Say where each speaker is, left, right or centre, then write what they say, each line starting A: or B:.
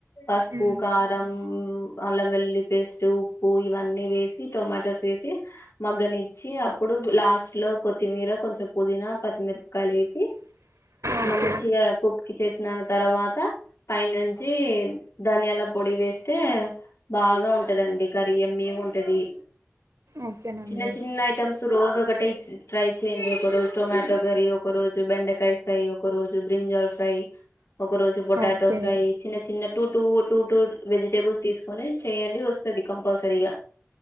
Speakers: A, on the left; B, on the right.
A: పసుపు
B: ఉమ్
A: కారం ఉ అల్లం వెల్లుల్లి పేస్ట్ ఉప్పు ఇవన్నీ వేసి టొమాటోస్ వేసి మగ్గనిచ్చి అప్పుడు లాస్ట్ లో కొత్తిమీర కొంచెం పుదీనా పచ్చిమిరపకాయలు వేసి
B: ఓకే
A: మంచిగా కుక్కి చేసిన తర్వాత పై నుంచి ధనియాల పొడి వేస్తే బాగా ఉంటదండి కర్రీ యమ్మీగా ఉంటది
B: ఓకేనండి
A: చిన్న చిన్న ఐటమ్స్ రోజు ఒకటి ట్రై చేయండి ఒక రోజు టొమాటో కర్రీ ఒక రోజు బెండకాయ ఫ్రై ఒక రోజు బ్రింజల్ ఫ్రై ఒక రోజు పొటాటో
B: ఓకే
A: ఫ్రై చిన్న చిన్న two two two two vegetables తీసుకొని చెయండి వస్తుంది కంపల్సరిగా